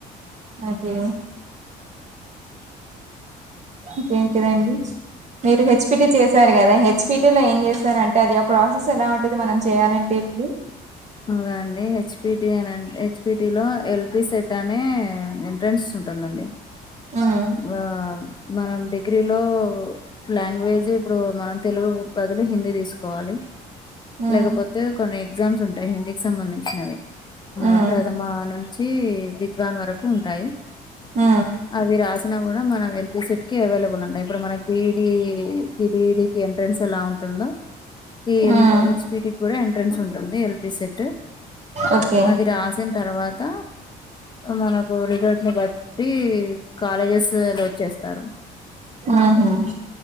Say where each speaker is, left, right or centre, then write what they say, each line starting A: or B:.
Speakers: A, on the right; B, on the left.
A: ఓకే ఇంకేంటిదండి మీరు హెచ్పిటి చేసారు గదా హెచ్పిటీ లో ఏం చే శారు అంటే అది ఆ ప్రాసెస్ ఎలా ఉంటది మనం చేయాలంటే ఇప్పుడు.
B: ఇంగో అండి హెచ్పిటి అనన్ హెచ్పిటి లో ఎల్పి సెట్ అనే ఎంట్రన్స్ ఉం టుందండి
A: ఉమ్
B: ఆ మనం డి గ్రీలో లాంగ్వేజ్ ఇప్పుడు మనం తెలుగు బదులు హిందీ తీసుకోవాలి.
A: ఉమ్
B: లేకపోతే కొన్ని ఎగ్జామ్స్ ఉంటాయి హిందీకి సంబంధించినవి ఆ
A: ఉమ్
B: ప్రథమ నుం చి విద్వాన్ వరకు ఉంటాయి.
A: ఆ
B: అవి రాసిన గూడ మనం ఎల్పీసెట్ కి అవైలబుల్ అంటా ఇప్పుడు మనకి బిఈడి కి డిడి కి ఎంట్రన్ న్స్ ఎలా ఉంటుందోఈ
A: ఉమ్
B: ఎల్ హెచ్పిటి గ్గూడ ఎంట్రెన్స్ ఉంటుంది ఎల్ పీ సెట్
A: ఓకే
B: అది రాసిన తర్వాత మనకు రిజల్ట్ ని బట్టి కాలేజెస్ ఎలోట్ చేస్తారు
A: ఊ హుమ్